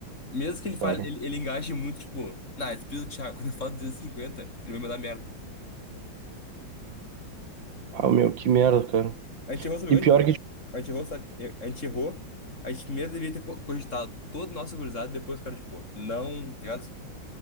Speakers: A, on the left; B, on the right.
A: mesmo que ele fale,
B: cara
A: ele, ele engaje muito, tipo, na, despesa do Thiago, <laughs> quando eu falo 250, ele vai me dar merda.
B: Ah, meu, que merda, cara.
A: A gente errou, sabe
B: E
A: onde,
B: pior
A: meu?
B: que. tipo,
A: A gente errou, sabe? É, A gente errou. A gente mesmo deveria ter co- cogitado todo o nosso gurizado, depois o cara, tipo, não, tá ligado?